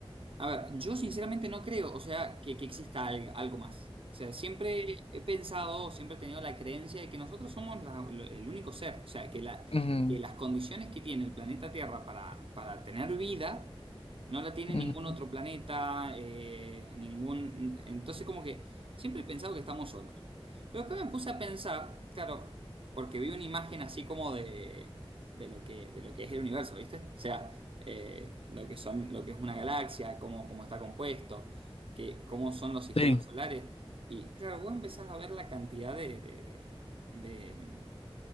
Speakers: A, on the right (about 65°); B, on the left (about 70°).
A: A ver, yo sinceramente no creo, o sea, que, que exista al- algo más. O sea, siempre he pensado, siempre he tenido la creencia de que nosotros somos la- lo- el único ser. O sea, que, la-
B: Ujú,
A: que las condiciones que tiene el planeta Tierra para, para tener vida no la tiene
B: ujú.
A: ningún otro planeta, eh, ningún... Entonces, como que siempre he pensado que estamos solos. Pero después me puse a pensar, claro, porque vi una imagen así como de, de lo que, de lo que es el universo, ¿viste? O sea, eh, lo que son, lo que es una galaxia, cómo, cómo está compuesto, que, cómo son los sistemas
B: Sí,
A: solares. Y claro, vos empezás a ver la cantidad de, de- de- de-